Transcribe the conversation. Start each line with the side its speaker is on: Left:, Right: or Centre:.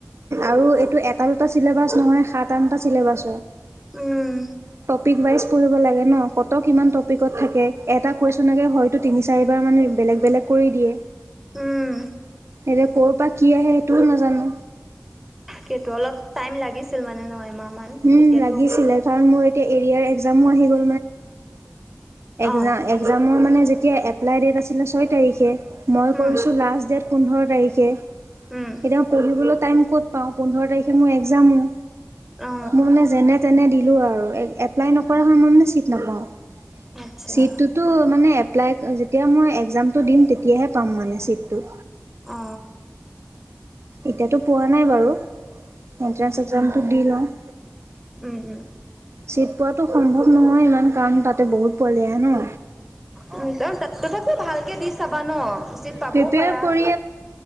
Right: আৰু এইটো এটা দুটা চিলেবাছ নহয় সাত আনটা চিলেবাছ
Centre: উম
Right: প ৱাইজ পঢ় লাগে ন কত কিমান টপিকত থাকে এটা কৈছ নাগে হয়তো তিনি চাৰিবাৰ মানে বেলেগ বেলেগ কৰি দিয়ে।
Centre: উম,
Right: এতিয়া কৰ'ৰ পৰা কি আহে সেইটোও নাজানো।
Centre: কিন্তু অলপ টাইম লাগিছিল মানে এমাহ মান
Right: উম,
Centre: তেতিয়াতো
Right: লাগিছিলে
Centre: অকমান,
Right: কাৰণ মোৰ এতিয়া এৰিয়াৰ এক্সামো আহিলে
Centre: অ
Right: সেইটোৰ মানে যেতিয়া এপ্লাই ডেট আছিলে ছয় তাৰিখে মই
Centre: উম
Right: কৰিছোঁ লাষ্ট ডেট পোন্ধৰ তাৰিখে। এতিয়া
Centre: উম
Right: মই পঢ়িবলৈ টাইম ক'ত পাওঁ পোন্ধৰ তাৰিখে মোৰ এক্জামো
Centre: অ
Right: মই মানে যেনে তেনে দিলোঁ আৰু এপ্লাই নকৰা
Centre: উম
Right: হয় মই মানে চিট নাপাওঁ
Centre: আচ্ছা
Right: চিটটোতো মানে এপ্লাই যেতিয়া মই এক্জামটো দিম তেতিয়াহে পাম মানে ছিটটো
Centre: অ
Right: এতিয়াতো পোৱা নাই বাৰু এন্ট্ৰেন্স এক্সামটো দি লওঁ
Centre: উম উম
Right: চিট পোৱাাতটো সম্ভৱ নহয় ইমান কাৰণ তাতে বহুত পোৱালি হে ন।
Centre: উম, ত তথাপি ভালকে দি চাব ন চিত পাবও
Right: প্ৰিপেয়াৰ
Centre: পাৰা।
Right: কৰি